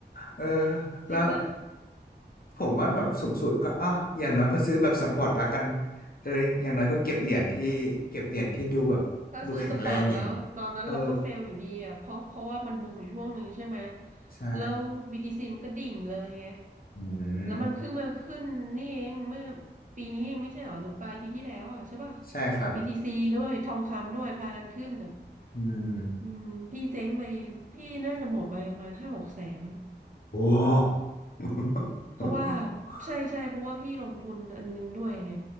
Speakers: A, on the left (about 55°); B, on the right (about 45°).
A: เออ
B: <laughs> จริงนะ
A: แล้วผมว่าแบบสูงสุดก็อ่ะอย่างน้อยก็ซื้อแบบสปอร์ตละกันเอ้ยอย่างน้อยก็เก็บเหรียญที่เก็บเหรียญที่ดูแบบดูแข็งแรงอย่าง
B: อืม ถ้าซื้อสปอร์ตแล้วตอนนั้นเราก็เฟลอยู่ดีอ่ะเพราะเพราะว่ามันบูมอยู่ช่วงหนึ่งใช่ไหม
A: เออใช่
B: แล้ว BTC มันก็ดิ่งเลยไง
A: อื
B: แล้วมันเพิ่งมาขึ้นนี่เองเมื่อ
A: ม
B: ปีนี้เองไม่ใช่เหรอหรือปลายปีที่แล้วอ่ะใช่ป่ะ
A: ใช่ครับ
B: BTC ด้วยทองคำด้วยพากันขึ้นอ่ะ
A: อืม
B: อืมพี่เจ๊งไปพี่น่าจะหมดไปประมาณห้าหกแสนแล้วมั้ง
A: โอ้ <laughs>
B: เพราะว่าใช่ใช่เพราะว่าพี่ลงทุนอันนึงด้วยไง